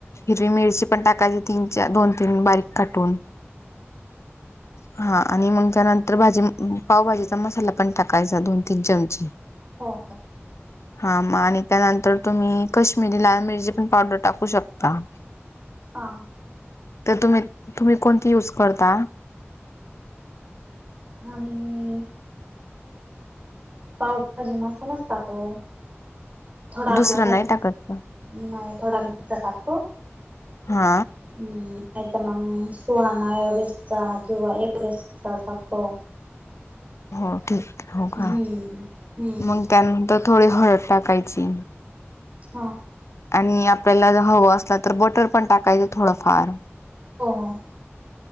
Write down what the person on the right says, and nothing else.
हो
हां.
आम्ही पावभजी मसाला असत तो थोडा आपला
घरी
नाही थोडा घरचा टाकतो.
ह् नाही तर मग सुहाणा एव्हरेस्टचा किंवा एव्हरेस्ट चा टाकतो.
हं
हं
हा.
हो हो.